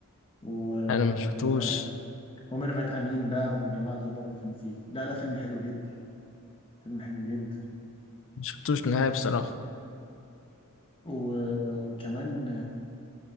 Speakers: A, on the left; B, on the left.
A: و...
B: انا ما شفتوش
A: وبقى وميرفت امين بقى والجماعة دول برضو كانوا فيه لا لا فيلم حلو جدا فيلم حلو جدا
B: ما شفتوش نهائي بصراحة
A: و... وكمان